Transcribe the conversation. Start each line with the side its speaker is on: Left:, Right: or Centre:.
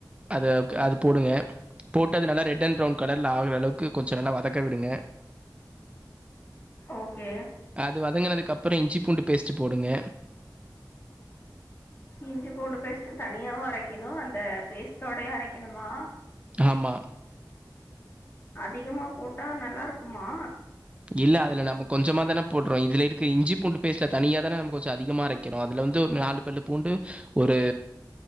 Right: அத அது போடுங்க போட்டது நல்லா ரெட் அண்ட் ப்ரவுன் கலர்ல ஆகுற அளவுக்கு கொஞ்சோ நல்லா வதக்க விடுங்க
Left: ஓகே
Right: அது வதங்கினதுக்கப்புறோம் இஞ்சி பூண்டு பேஸ்ட்டு போடுங்க
Left: இஞ்சி பூண்டு பேஸ்ட் தனியாவும் அரைக்கணும் அந்த பேஸ்ட்டோடயே அரைக்கணுமா
Right: ஆமா
Left: அதிகமா போட்டா நல்லா இருக்குமா
Right: இல்ல அதுல நம்ம கொஞ்சமா தான போட்றோ இதுல இருக்க இஞ்சி பூண்டு பேஸ்ட்ல தனியா தான நம்ம கொஞ்சோ அதிகமா அரைக்கிரோ அதுல வந்து ஒரு நாலு வெள்ள பூண்டு ஒரு